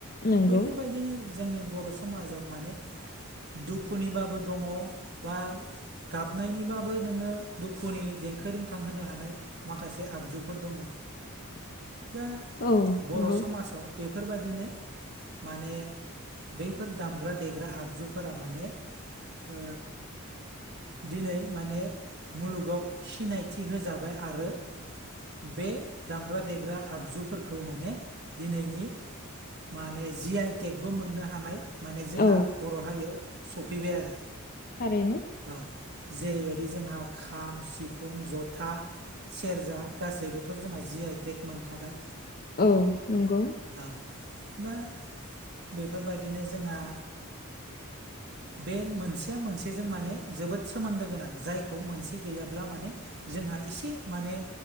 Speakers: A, on the left; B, on the right.
A: नंगौ
B: बेफोरबायदिनो जोंनि बर' समाजाव माने दुखुनिबाबो दङ बा गाबनायनिबाबो नोङो दुखुनि देंखो रिंखां होनो हानाय माखासे आगजुफोर दङ।
A: <inaudible>
B: दा
A: औ
B: बर'
A: नंगौ
B: समाजाव बेफोरबायदिनो माने बैफोर दामग्रा देग्रा आगजुफोरा माने ओ दिनै माने मुलुगाव सिनायथि होजाबाय आरो बे दामग्रा देग्रा आगजुफोरखौ माने दिनैनि माने जि आइ टेकबो मोननो हानाय‌ माने जोंहा
A: औ
B: बर' हारियाव सफैबाय आरो।
A: थारैनो
B: औ जेरैबायदि जोंहा खाम, सिफुं, जथा, सेरजा गासैबोथ' जोंहा जि आइ टेक मोनखाबाय।
A: औ नंगौ।
B: औ दा बेफोरबायदिनो जोंहा
A: <inaudible>
B: बे मोनसेया मोनसेजों माने जोबोद सोमोन्दो गोनां जायखौ मोनसे गैयाब्ला माने जोंहा एसे माने